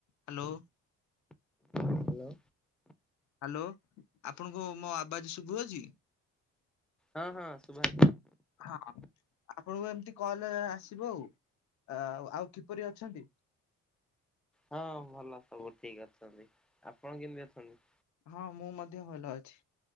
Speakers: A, on the left; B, in the centre.
A: ହ୍ୟାଲୋ।
B: ହ୍ୟାଲୋ।
A: ହ୍ୟାଲୋ ଆପଣଙ୍କୁ ମୋ ଆବାଜ ଶୁଭୁଅଛି?
B: ହଁ ହଁ ଶୁଭା
A: ହଁ ଆପଣଙ୍କୁ ଏମତି କଲରେ ଆସିବ ଆଉ। ଆ ଆଉ କିପରି ଅଛନ୍ତି?
B: ହଁ ଭଲ ସବୁ ଠିକ ଅଛନ୍ତି। ଆପଣ କେମିତି ଅଛନ୍ତି?
A: ହଁ ମୁଁ ମଧ୍ୟ ଭଲ ଅଛି।